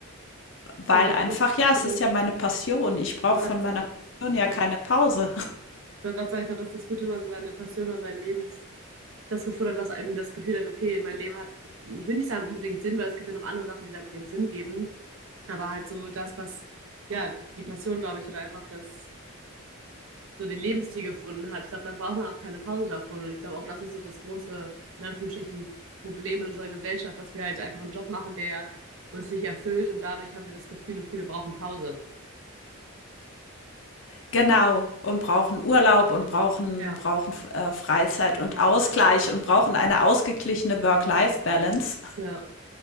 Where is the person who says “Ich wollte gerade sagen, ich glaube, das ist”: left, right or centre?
Right